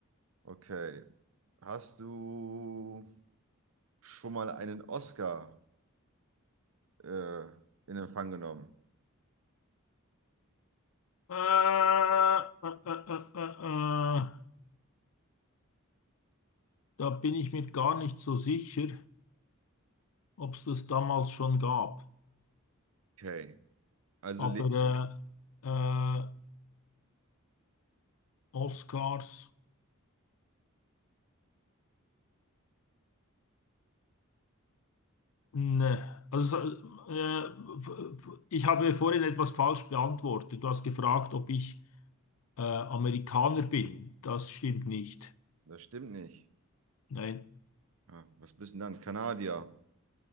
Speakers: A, on the right; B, on the left.
A: Okay. Hast du schon mal einen Oscar äh, in Empfang genommen?
B: Äh, äh, äh, äh, äh. äh. Da bin ich mir gar nicht so sicher, ob es das damals schon gab.
A: Okay. Also
B: Aber
A: lebst du?
B: äh, äh, Oscars, ne. Also, so, äh, f- f- ich habe vorhin etwas falsch beantwortet. Du hast gefragt, ob ich äh, Amerikaner bin. Das stimmt nicht.
A: Das stimmt nicht.
B: Nein.
A: Ah, was bist du denn dann? Kanadier.